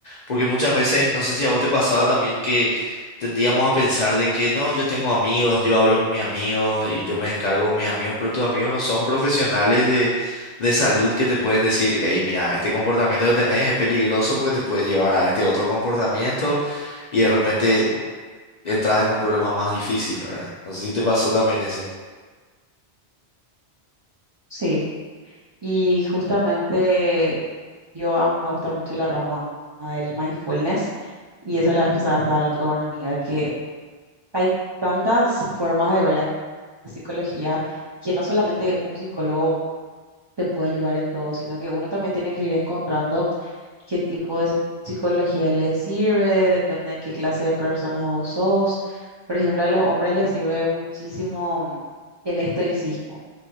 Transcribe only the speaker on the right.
mismo.
Sí. Y justamente yo, a mí me gusta mucho la rama del mindfulness y eso la vez pasada estaba hablando con una amiga que hay tantas formas de ver la psicología que no solamente un psicólogo te puede ayudar en todo, sino que uno también tiene que ir encontrando qué tipo de psicología le sirve, depende de qué clase de persona vos sos. Por ejemplo, a los hombres les sirve muchísimo el estoicismo